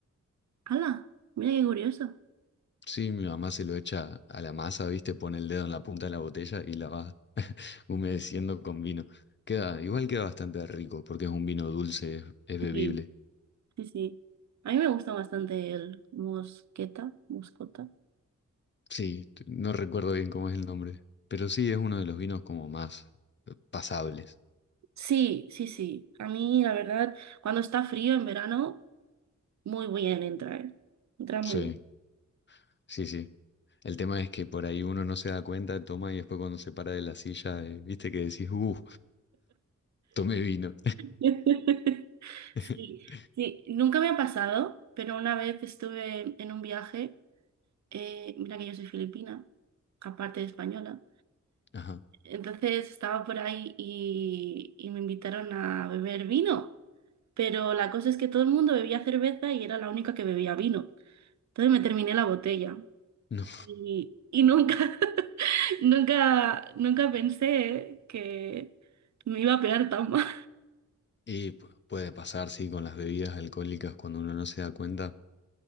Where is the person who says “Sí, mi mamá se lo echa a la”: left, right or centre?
Left